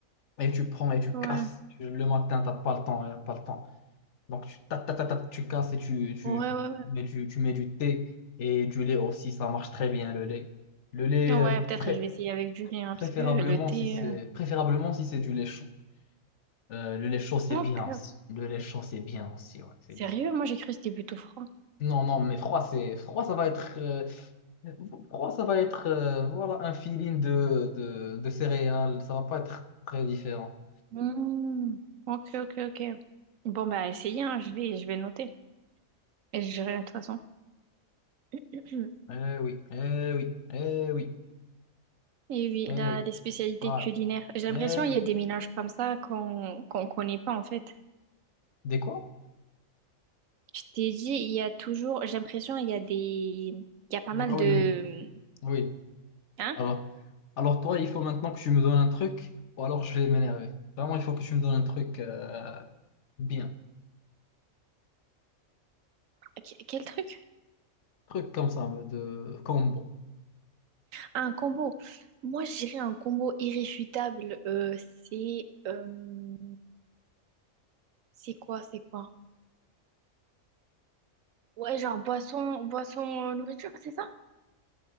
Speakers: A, on the left (about 60°); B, on the right (about 75°).
A: Et tu prends et tu
B: ouais,
A: casses. Tu- Le matin, t'as pas le temps, y a pas le temps. Donc, tu, ta- ta- ta- ta- tu casses et tu, tu,
B: ouais, ouais,
A: et tu, tu mets du thé et du lait aussi. Ça marche très bien, le lait. Le lait,
B: ouais. Ouais,
A: euh,
B: peut-être
A: pré-
B: je vais essayer avec du lait, hein,
A: préférablement
B: parce que le thé...
A: si c'est
B: euh,
A: préférablement si c'est du lait chaud. Euh, le lait chaud, c'est
B: Ok.
A: bien aussi. Le lait chaud, c'est bien aussi, ouais, c'est
B: Sérieux,
A: bien.
B: moi j'ai cru que c'était plutôt froid.
A: Non, non, mais froid, c'est froid, ça va être. euh, Pour moi, ça va être euh, voilà, un feeling de, de, de céréales. Ça va pas être très différent.
B: Hmm. Ok, ok, ok. Bon, bah, essayez, hein, je vais, je vais noter. Et je dirai de toute façon. <clears throat>
A: Eh oui, eh oui, eh oui,
B: Et oui,
A: eh
B: là,
A: oui.
B: les spécialités
A: Voilà.
B: culinaires. J'ai l'impression
A: Eh oui.
B: qu'il y a des mélanges comme ça qu'on qu'on connaît pas, en fait.
A: Des quoi?
B: Je t'ai dit, il y a toujours... J'ai l'impression qu'il y a des... Il y a pas mal
A: Ah oui,
B: de...
A: oui, oui.
B: Hein?
A: Alors, alors toi, il faut maintenant que tu me donnes un truc, ou alors je vais m'énerver. Vraiment, il faut que tu me donnes un truc euh, bien.
B: Qu- Quel truc?
A: Truc comme ça, de combo.
B: Ah, un combo. Moi, je dirais un combo irréfutable. euh, c'est... euh, C'est quoi, c'est quoi? Ouais, genre boisson, boisson, euh, nourriture, c'est ça?